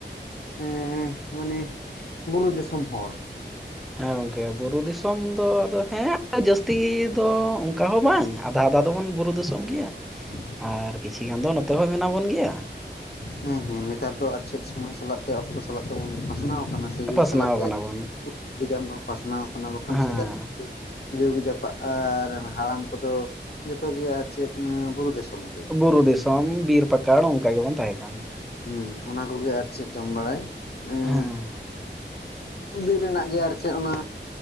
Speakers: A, on the left; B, in the centre.
A: ᱮᱸ ᱢᱟᱱᱮ ᱵᱩᱨᱩ ᱫᱤᱥᱚᱢ ᱦᱚᱲ᱾
B: ᱦᱮᱸ ᱜᱚᱝᱠᱮ ᱵᱩᱨᱩ ᱫᱤᱥᱚᱢ ᱫᱚ ᱟᱫᱚ ᱦᱮᱸ ᱡᱟᱹᱥᱛᱤ ᱫᱚ ᱚᱱᱠᱟ ᱦᱚᱸ ᱵᱟᱝᱟ᱾ ᱟᱫᱷᱟ ᱟᱫᱷᱟ ᱫᱚᱵᱚᱱ ᱵᱩᱨᱩ ᱫᱤᱥᱚᱢ ᱜᱮᱭᱟ᱾
A: <inaudible>
B: ᱟᱨ ᱠᱤᱪᱷᱤ ᱜᱟᱱ ᱫᱚ ᱱᱚᱛᱮ ᱦᱚᱸ ᱢᱮᱱᱟᱜ ᱵᱚᱱ ᱜᱮᱭᱟ᱾
A: ᱦᱮᱸ ᱦᱮᱸ ᱱᱮᱛᱟᱨ ᱫᱚ ᱟᱨ ᱪᱮᱫ ᱥᱚᱢᱚᱭ ᱥᱟᱞᱟᱜ ᱛᱮ ᱚᱠᱛᱚ ᱥᱟᱞᱟᱜ ᱛᱮᱵᱚᱱ ᱯᱟᱥᱱᱟᱣ᱾ ᱚᱱᱟ ᱥᱮ ᱡᱩᱜᱽ
B: ᱯᱟᱥᱱᱟᱣ
A: ᱥᱟᱞᱟᱜ ᱛᱮ
B: ᱠᱟᱱᱟ ᱵᱚᱱ
A: ᱟᱹᱰᱤᱜᱟᱱ ᱵᱚᱱ ᱯᱟᱥᱱᱟᱣ ᱟᱠᱟᱱᱟ ᱵᱟᱠᱷᱟᱱ
B: ᱦᱮᱸ
A: ᱥᱮᱫᱟᱭ ᱡᱩᱜᱽ ᱡᱟᱯᱟᱜ ᱟᱨ ᱦᱟᱲᱟᱢ ᱠᱚᱫᱚ ᱡᱚᱛᱚ ᱜᱮ ᱟᱨ ᱪᱮᱫ ᱵᱩᱨᱩ ᱫᱤᱥᱚᱢ ᱜᱮ᱾
B: ᱵᱩᱨᱩ ᱫᱤᱥᱚᱢ ᱵᱤᱨ ᱯᱟᱠᱟᱲ ᱚᱱᱠᱟ ᱜᱮᱵᱚᱱ ᱛᱟᱦᱮᱸ ᱠᱟᱱᱟ᱾
A: ᱦᱮᱸ ᱚᱱᱟ ᱠᱚᱜᱮ ᱟᱨ ᱪᱮᱫ ᱡᱚᱢ ᱵᱟᱲᱟᱭ ᱮᱸ
B: ᱦᱮᱸ
A: ᱵᱤᱨ ᱨᱮᱱᱟᱜ ᱜᱮ ᱟᱨ ᱪᱮᱫ ᱚᱱᱟ